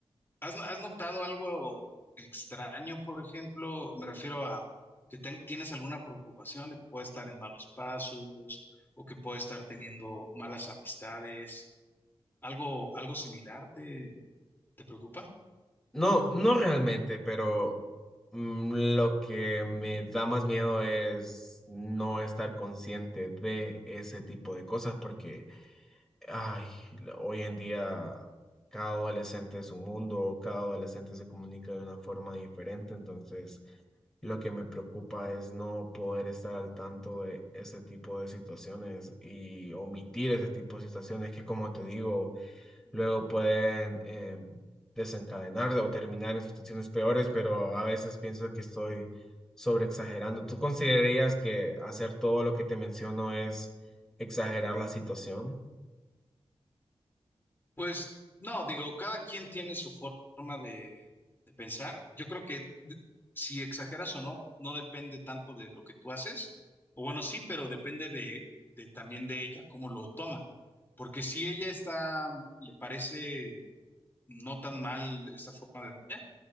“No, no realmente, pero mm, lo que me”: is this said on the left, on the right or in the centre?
Centre